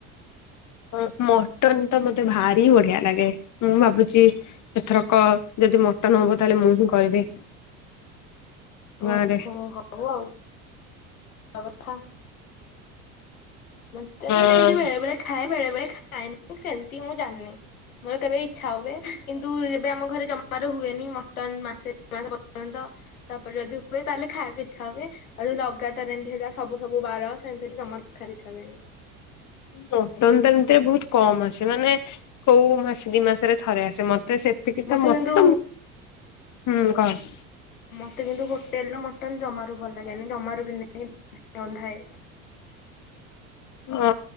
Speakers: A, on the left; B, on the left.
A: ଅଁ ମଟନ୍ ତ ମତେ ଭାରି ବଢ଼ିଆ ଲାଗେ ମୁଁ ଭାବୁଚି ଏଥରକ ଯଦି ମଟନ ହବ ତାହେଲେ ମୁଁ ହିଁ କରିବି।
B: ଓହୋ
A: ଗାଁରେ।
B: ହଉ ଆଉ ଅ‌ ଅଥା। ମତେ
A: ହଁ
B: ମାନେ ଏମିତି ବେଳେ ବେଳେ ଖାଏ ବେଳେ ବେଳେ ଖାଏନି ସେମତି ମୁଁ ଜାଣିନି। ମୋର କେବେ ଇଚ୍ଛା ହୁଏ କିନ୍ତୁ ଯେବେ ଆମ ଘରେ ଜମାରୁ ହୁଏନି ମଟନ ମାସେ ଦିମାସେ ପର୍ଯ୍ୟନ୍ତ ତାପରେ ଯଦି ହୁଏ ତାହେଲେ ଖାଇବାକୁ ଇଚ୍ଛା ହୁଏ। ଆଉ ଯେ ଲଗାତାର ଏମତି ହେଲା ସବୁ ସବୁ ବାର ସେମତି ହେଲେ ଜମାରୁ ଖାର ଇଚ୍ଛା ହୁଏନି।
A: ମଟନ୍ ଏମିତିରେ ବହୁତ କମ୍ ଆସେ ମାନେ କୋଉ ମାସେ ଦି ମାସେରେ ଥରେ ଆସେ ମତେ ସେ ଟିକେ
B: ମତେ
A: ତ ମ
B: କିନ୍ତୁ
A: ତୁଂ ହୁଁ କହ।
B: ମତେ କିନ୍ତୁ ହୋଟେଲ୍ ର ମଟନ୍ ଜମାରୁ ଭଲ ଲାଗେନି ଜମାରୁ ବି ନାଇଁ ଅନ୍ଧାଏ।
A: ହଁ